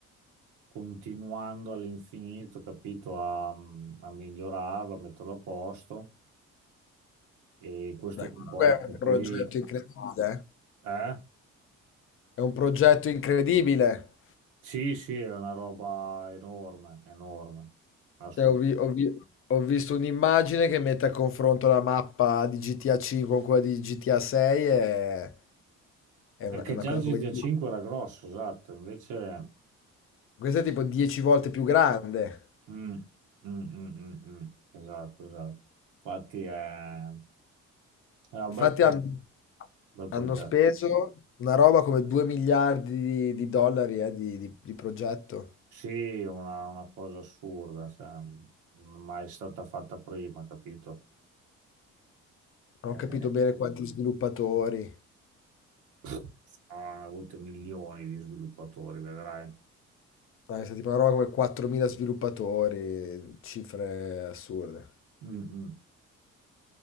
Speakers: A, on the right; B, on the left.
A: continuando all'infinito, capito, a, a migliorarlo, a metterlo a posto e questo
B: Beh,
A: comporta
B: comunque è
A: che
B: un
A: poi...
B: progetto incredibile, eh.
A: Eh?
B: È un progetto incredibile.
A: Sì, sì, è una roba enorme, enorme, assolutamente.
B: Cioè, ho, vi- ho vi- ho visto un'immagine che mette a confronto la mappa di GTA 5 con quella di GTA 6 e è
A: Perché
B: una, è una
A: già
B: cosa
A: GTA
B: come... di-
A: 5 era grosso, esatto, invece...
B: Questa è tipo 10 volte più grande.
A: mm, mm, mm, mm, mm, esatto, esatto. Infatti è, è un
B: Infatti
A: bel, pro-
B: han
A: bel
B: hanno
A: progetto.
B: speso una roba come 2 miliardi di, di dollari eh, di, di- di progetto.
A: Sì, una, una cosa assurda, cioè, non è mai stata fatta prima, capito?
B: Non
A: Eh,
B: ho capito bene quanti sviluppatori.
A: <laughs> <sniffs> hanno avuto milioni di sviluppatori, vedrai.
B: Dai, è stata tipo una roba come 4.000 sviluppatori, cifre assurde.
A: Mm, mm.